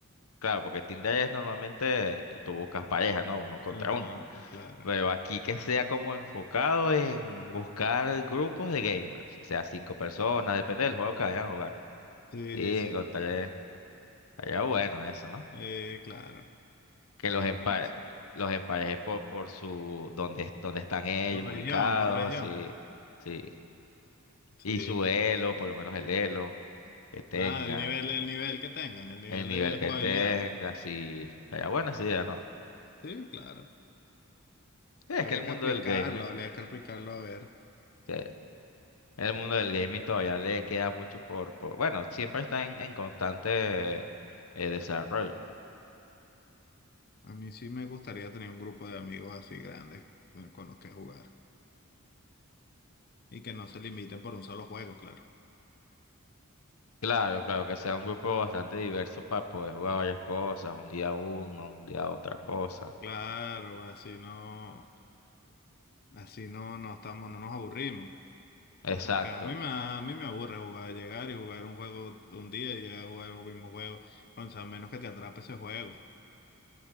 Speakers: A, on the left; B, on the left.
A: claro, porque Tinder es normalmente tú buscas pareja, ¿no? Uno contra
B: Ajá,
A: uno.
B: claro.
A: Pero aquí que sea como enfocado en buscar grupos de gamers, o sea, cinco personas, depende del juego que vayan a jugar. ¿no?
B: Sí,
A: Sí,
B: sí,
A: encontraré. Allá bueno eso, ¿no?
B: eh, claro.
A: que
B: Haría
A: los empa-
B: bueno sí.
A: los emparejes por, por su donde, donde están ellos
B: Por región,
A: ubicados,
B: por región.
A: sí, sí.
B: Sí.
A: Y su
B: me-
A: elo, por lo menos el elo que tengan,
B: Ah, el nivel, el nivel que tengan, el nivel
A: el nivel
B: de
A: que
B: jugabilidad.
A: tenga, sí. Estaría buena esa
B: Ah,
A: idea, ¿no?
B: Sí, claro.
A: Sí, es
B: Habría
A: que el mundo
B: que aplicarlo,
A: del gaming,
B: habría que aplicarlo a ver.
A: sí, el mundo del gaming todavía le queda mucho por, por, bueno, siempre está en, en constante eh, desarrollo.
B: A mí sí me gustaría tener un grupo de amigos así grandes eh, con los que jugar. Y que no se limiten por un solo juego, claro.
A: Claro, claro, que sea un grupo bastante diverso para poder jugar varias cosas, un día uno, un día otra cosa.
B: Claro, así no, así no, no estamos, no nos aburrimos.
A: Exacto.
B: Porque a mí me, a mí me aburre jugar, llegar y jugar un juego un día y llegar a jugar el mismo juego. O sea, a menos que te atrape ese juego.